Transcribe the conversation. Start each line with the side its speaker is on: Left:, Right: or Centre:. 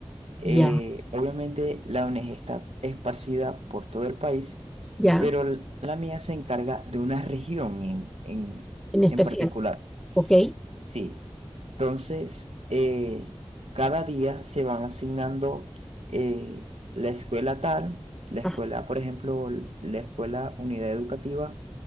Right: Eh,
Centre: ya,
Right: obviamente la ONG está esparcida por todo el país,
Centre: ya,
Right: pero l- la mía se encarga de una región en, en,
Centre: en especial.
Right: en particular.
Centre: Ok,
Right: Sí, entonces eh, cada día se van asignando eh, la escuela tal, la
Centre: ah,
Right: escuela, por ejemplo, l- la escuela Unidad Educativa